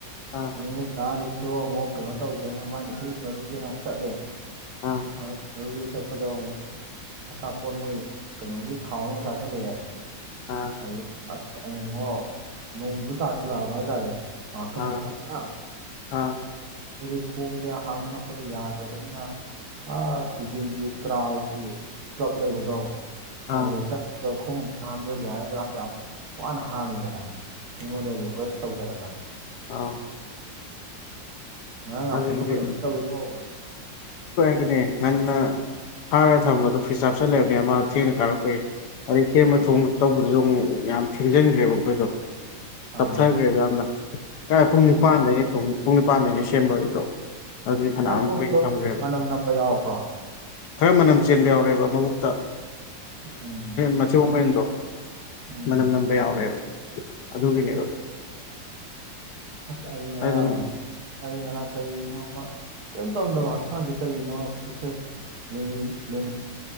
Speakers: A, on the left; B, on the right.
A: ꯑ
B: ꯑꯃꯨꯛ ꯗꯥꯥ ꯑꯅꯤꯁꯇꯣ ꯑꯃꯨꯛ ꯀꯩꯅꯣ ꯇꯧꯖꯦꯅ ꯃꯥꯏ ꯅꯨꯄꯤ ꯎꯅꯔꯨꯖꯦꯅ ꯑꯃꯨꯛ ꯆꯠꯂꯦ
A: ꯑꯥ
B: ꯑꯗꯨ ꯑꯗꯨꯒꯤ ꯆꯠ ꯑꯗꯣꯡ ꯑꯆꯥꯄꯣꯠ ꯃꯣꯏ ꯀꯩꯅꯣꯒꯤ ꯊꯥꯎꯗ ꯑꯃꯨꯛ ꯆꯥꯁꯤꯜꯂꯛꯑꯦ
A: ꯑ
B: ꯑꯗꯨꯗ ꯑꯁ ꯑꯩꯅꯉꯣ ꯅꯣꯡꯖꯨ ꯇꯥꯥꯁꯜꯂꯛꯑꯕ ꯍꯥꯏꯇꯥꯔꯦ ꯉꯍꯥꯛꯇꯪꯗꯣ
A: ꯑꯥ
B: ꯀꯟꯅ
A: ꯑꯥ
B: ꯍꯧꯖꯤꯛ ꯈꯣꯡꯖꯦ ꯍꯥꯥꯞꯅꯤꯡꯉꯛꯄꯗ ꯌꯥꯗ꯭ꯔꯕꯅꯤꯅ ꯑꯥ ꯇꯤꯗꯤꯝꯒꯤ ꯇꯔꯥꯎꯒꯤ ꯀ꯭ꯂꯞ ꯂꯩꯕꯗꯣ
A: ꯑꯥ
B: ꯑꯗꯨꯗ ꯆꯠꯂꯒ ꯈꯣꯡꯇ ꯍꯥꯝꯖꯒꯦ ꯑꯗꯨꯗ ꯌꯥꯝ ꯋꯥꯅ ꯍꯥꯝꯃꯤꯗꯅ ꯑꯩꯉꯣꯟꯗ ꯔꯤꯀ꯭ꯋꯦꯁ ꯇꯧꯖꯔꯒ
A: ꯑꯥꯎ
B: ꯉꯔꯥꯡ ꯍꯥꯥꯛꯄꯟꯗꯣ
A: ꯑꯗꯨꯒꯤ
B: ꯀꯩꯅꯣꯝ ꯇꯧꯋꯀꯣ
A: ꯅꯦ ꯉꯟꯅ ꯐꯥꯔꯒ ꯊꯝꯕꯗꯣ ꯐ꯭ꯔꯤꯖ ꯑꯥꯞ ꯆꯠꯂꯦꯕꯅꯦ ꯃꯥ ꯊꯦꯡꯅ ꯀꯥꯔꯛꯄꯒꯤ ꯑ ꯁꯦꯝꯕ
B: ꯑꯥ
A: ꯊꯣꯡ ꯇꯧꯕꯗꯨꯁꯨ ꯑꯃꯨꯛ ꯌꯥꯝ ꯊꯦꯡꯖꯤꯟꯈ꯭ꯔꯦꯕ ꯑꯩꯈꯣꯏꯗꯣ ꯇꯞꯊꯈ꯭ꯔꯦꯕ
B: ꯑꯥ
A: ꯌꯥꯝꯅ ꯀ ꯄꯨꯡ ꯅꯤꯄꯥꯟꯗꯅꯤ
B: ꯎꯝ
A: ꯊ ꯄꯨꯡ ꯅꯤꯄꯥꯟꯗꯅꯤ ꯁꯦꯝꯕꯒꯤꯗꯣ ꯑꯗꯨꯗꯤ ꯐꯅꯌꯥꯝ
B: ꯉꯥꯄꯨꯝꯗꯣ
A: ꯀꯨꯏꯅ ꯊꯝꯈ꯭ꯔꯦꯕ
B: ꯃꯅꯝ ꯅꯝꯕ ꯌꯥꯎꯕ꯭ꯔꯣ
A: ꯈꯔ ꯃꯅꯝ ꯆꯦꯟꯕ ꯌꯥꯎꯔꯑꯦꯕ ꯃꯕꯨꯇ
B: ꯎꯝ
A: ꯃꯊꯤ ꯃꯌꯟꯗꯣ
B: ꯎꯝ
A: ꯃꯅꯝ ꯅꯝꯕ ꯌꯥꯎꯔꯦꯕ ꯑꯗꯨꯒꯤꯅꯦꯕ
B: ꯑꯁ ꯑꯌ ꯉꯔꯥꯡ
A: ꯑꯗꯨꯝ
B: ꯑꯌ ꯉꯔꯥꯡ ꯀꯔꯤꯅꯣ ꯑꯃ ꯀꯔꯤꯝ ꯇꯧꯔꯝꯗꯕ ꯍꯛꯆꯥꯡꯁ ꯀꯔꯤꯅꯣ ꯐꯁꯦ ꯂ ꯂ